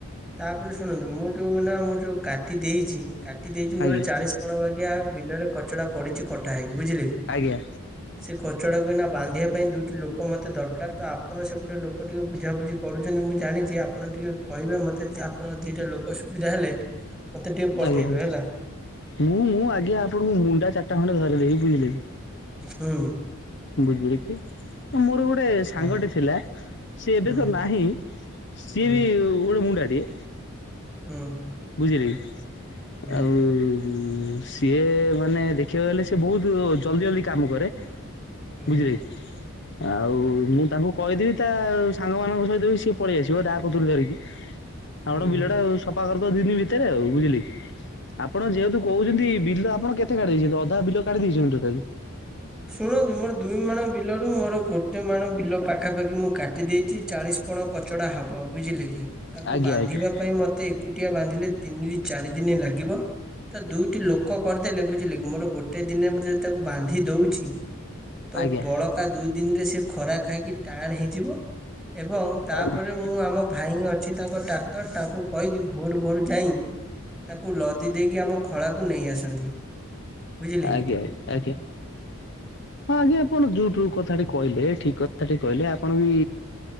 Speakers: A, in the centre; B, on the left (about 55°).
A: ତାପରେ ଶୁଣନ୍ତୁ ମୁଁ ଯୋଉ ନା ମୋର ଯୋଉ କାଟି ଦେଇଛି କାଟି ଦେଇଛି
B: ଆଜ୍ଞା
A: ମୋର ତେଇଶି ବାଗିଆ ବିଲରେ କଚଡା ପଡିଛି କଟା ହେଇକି ବୁଝିଲେ କି
B: ଆଜ୍ଞା
A: ସେ କଚଡାକୁ ଏଇନା ବାନ୍ଧିବା ପାଇଁ ଦୁଇଟି ଲୋକ ମତେ ଦରକାର ତ ଆପ ଆପଣ ସେପଟେ ଲୋକ ଟିକେ ବୁଝାବୁଝି କରୁଛନ୍ତି ମୁଁ ଜାଣିଛି ଆପଣ ଟିକିେ କହିବେ ମୋତେ ଆପଣ ଦିଟା ଲୋକ ସୁବିଧା ହେଲେ ମତେ ଟିକେ ପଠେଇବେ
B: ଆଜ୍ଞା
A: ହେଲା
B: ମୁଁ ମୁଁ ଆଜ୍ଞା ଆପଣଙ୍କୁ ମୁଣ୍ଡା ଚାରିଟା ଖଣ୍ଡେ ଧରେଇ ଦେବି ବୁଝିଲେକି
A: ହୁଁ
B: ବୁଝଲେ କିି ମୋର ଗୋଟେ ସାଙ୍ଗଟି
A: ହଁ
B: ଥିଲା ସିଏ
A: ହୁଁ
B: ଏବେ ତ ନାହିଁ ସିଏ
A: ହୁଁ
B: ବି ଗୋଡେ ମୁଣ୍ଡା ଟିଏ।
A: ହୁଁ
B: ବୁଝିଲେକି
A: ହୁଁ
B: ଆଉ ଉ ସିଏ ମାନେ ଦେଖିବାକୁ ଗଲେ ସିଏ ବହୁତ ଜଲଦି ଜଲଦି କାମ କରେ।
A: ହୁଁ
B: ବୁଝଲେକି ଆଉ ମୁଁ ତାଙ୍କୁ କହିଦେବି ତା ସାଙ୍ଗମାନଙ୍କ ସହିତ ବି ସିଏ ପଳେଇ ଆସିବ ଦା କତୁରୀ ଧରିକି। ଆଉ
A: ହୁଁ।
B: ଗୋଟେ ବିଲ ଟା ସଫା କରିଦବ ଦି ଦିନ ଭିତରେ ଆଉ ବୁଝିଲି କି ଆପଣ ଯେହେତୁ କହୁଛନ୍ତି ବିଲ ଆପଣ କେତେ କାଢିଦେଇଛନ୍ତି ଅଧା ବିଲ କାଢି ଦେଇଛନ୍ତି ଟୋଟାଲି।
A: ଶୁଣନ୍ତୁ ମୋର ଦୁଇ ମାଣ ବିଲ ରୁ ମୋର ଗୋଟେ ମାଣ ବିଲ ପାଖା ପାଖି ମୁଁ କାଟି ଦେଇଛି ଚାଳିଶ ପଣ କଚଡା ହବ ବୁଝିଲେ କି ତାକୁ
B: ଆଜ୍ଞା
A: ବାନ୍ଧିବା
B: ଆଜ୍ଞା
A: ପାଇଁ ମତେ ଏକୁଟିଆ ବାନ୍ଧିଲେ ତିନିରୁ ଚାରି ଦିନ ଲାଗିବ ତ ଦୁଇଟି ଲୋକ କରିଦେଲେ ବୁଝିଲେକି ମୋର ଗୋଟେ ଦିନେ ମୁଁ ଯଦି ତାକୁ ବାନ୍ଧି ଦୋଉଛି ତ
B: ଆଜ୍ଞା।
A: ବଳକା ଦୁଇ ଦିନରେ ସେ ଖରା ଖାଇକି ଟାଣ ହେଇଯିବ। ଏବଂ
B: ଆଜ୍ଞା
A: ତାପରେ ମୁଁ ଆମ ଭାଇ ଅଛି ତାଙ୍କ ଟ୍ରାକ୍ଟର ତାଙ୍କୁ କହିକି ଭୋରୁ ଭୋରୁ ଯାଇ ତାକୁ ଲଦି ଦେଇକି ଆମ ଖଳାକୁ ନେଇ ଆସନ୍ତି। ବୁଝିଲେ
B: ଆଜ୍ଞ
A: କି?
B: ଆଜ୍ଞା ହଁ ଆଜ୍ଞା ଆପଣ ଯୋଉ ଯୋଉ କଥା କହିଲେ ଠିକ କଥାଟି କହିଲେ ଆପଣ ବି